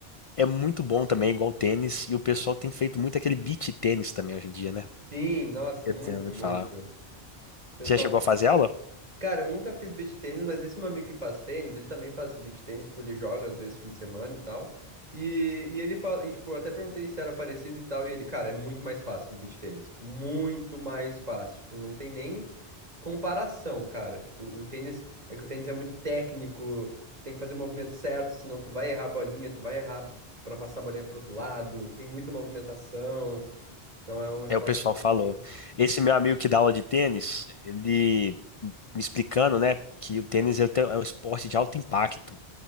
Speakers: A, on the left; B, on the right.
A: é muito bom também, igual tênis, e o pessoal tem feito muito aquele beach tênis também hoje em dia, né?
B: Sim, nossa,
A: Eu
B: muito,
A: tenho ouvido
B: muito.
A: falar.
B: O pessoal
A: Você já chegou a fazer aula?
B: Cara, eu nunca fiz beach tênis, mas esse meu amigo que faz tênis, ele também faz beach tênis, tipo, ele joga às vezes fim de semana e tal. E, e ele fala, e, tipo, eu até perguntei se era parecido e tal, e ele, cara, é muito mais fácil o beach tênis, tipo, muito mais fácil, tipo, não tem nem comparação, cara. Tipo, o tênis, é que o tênis é muito técnico, tu tem que fazer o movimento certo, senão tu vai errar a bolinha, tu vai errar pra passar a bolinha pro outro lado, tem muita movimentação. Então é um esporte
A: É, o pessoal
B: um pouco
A: falou. Esse meu amigo que dá aula de tênis, ele me explicando, né, que o tênis é o te- é um esporte de alto impacto.